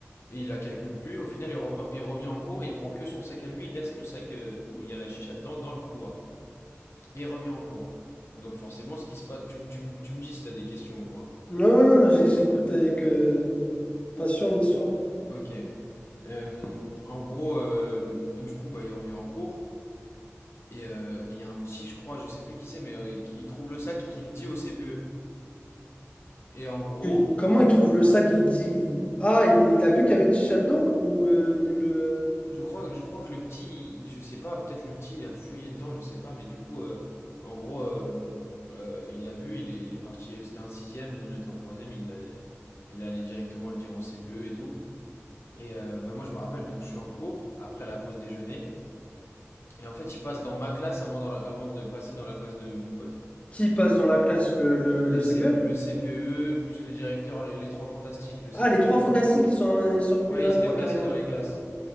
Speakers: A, on the left; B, on the left.
A: et il la calcule plus. Au final, il, rev- il revient en cours et il prend que son sac à lui. Il laisse le sac euh, où il y a la chicha dedans dans le couloir. Et il revient en cours. Donc forcément, ce qui se passe. Tu, me- tu, me- tu me dis si t'as des questions ou quoi.
B: Non, ouais, non, non, j'ai- j'écoute avec euh, passion l'histoire.
A: Ok. Euh, en gros, euh, du coup, bah, il revient en cours. Et euh, il y a un petit, je crois, je sais plus qui c'est, mais euh, qui trouve le sac et qui le dit au CPE. Et en gros,
B: que- comment il trouve le sac et il dit Ah, il, il a vu qu'il y avait une chicha dedans ou euh, il, euh,
A: je crois, je crois que le petit, il- je sais pas, peut-être le petit, il a fouillé dedans, je sais pas, mais du coup, euh, en gros, euh, euh, il l'a vu, il est, il est parti, euh, c'était un sixième, nous on était en troisième, il l'a- il est allé directement le dire au CPE et tout. Et euh, bah moi je me rappelle, donc je suis en cours, après la pause déjeuner, et en fait il passe dans ma classe avant, dans la- avant de passer dans la classe de mon pote.
B: qui passe dans la classe le, le,
A: Les
B: le CPE?
A: C- le CPE, plus le directeur, les, les trois fantastiques, le CPE,
B: Ah, les trois
A: le-
B: fantastiques, ils sont, ils sont venus
A: Ouais,
B: à
A: il
B: trois
A: se déplaçait
B: carrément.
A: dans les classes.